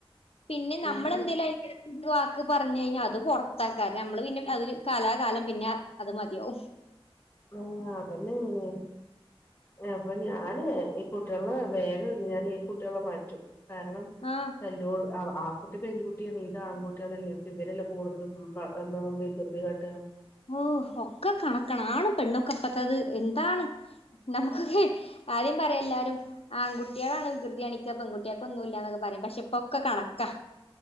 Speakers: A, on the left; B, on the left.
A: പിന്നെ നമ്മളെന്തേലും
B: ഉം
A: ആയി ഒരുവാക്ക് പറഞ്ഞ് കഴിഞ്ഞാൽ അത് പുറത്താക്കാറ് നമ്മള് പിന്നെ അതില് കലാകാലം പിന്നെ അത് മതിയാവും
B: ആഹ് അതന്നെ <unintelligible> അപ്പൊ ഞാന് ഈ കുട്ടികളോട് വേഗം ഞാൻ ഈ കു കുട്ടികളെ മാറ്റും കാരണം
A: ആഹ്
B: തല്ലു കൂടി ആ ആ കു മറ്റത് പെൺകുട്ടിയാണ് ഇത് ആൺകുട്ടികളല്ലേ ഇപ്പ ഇവരല്ലേ കൂടുതലും വികൃതി കാട്ടുക
A: ഓഹ് ഒക്കെ കണക്കാണ് ആണും പെണ്ണൊക്കെപ്പത്തത് എന്താണ് നമക്കൊക്കെ ആദ്യം പറയും എല്ലാരും ആൺകുട്ടികളാണ് വികൃതിയാണിക്ക പെൺകുട്ടൊക്കെ ഒന്നുംഇല്ലന്നൊക്കെ പറയാം പക്ഷെ ഇപ്പൊക്ക കണക്കാ